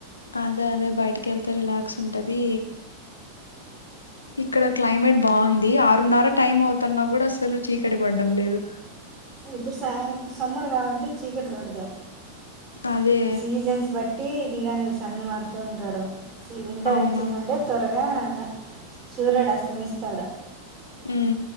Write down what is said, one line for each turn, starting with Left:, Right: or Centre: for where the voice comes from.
Left: అదే అదే బైటికి కి వెళ్తే రిలాక్స్ ఉంటది ఇక్కడ క్లైమే బాగుంది ఆరున్నర టైం అవుతున్నా కూడ అసలు చీకటి పడ్డం లేదు
Right: ఇప్పుడు సా <unintelligible> సమ్మర్ కాబట్టి చీకటి పడదు
Left: అదే
Right: సీజన్స్ బ బట్టి ఇది కానీ సన్ మారుతూ ఉంటాడు వింటర్
Left: అవునవును
Right: వచ్చిందంటే త్వరగా సూర్యుడు అస్తమిస్తడు
Left: ఉ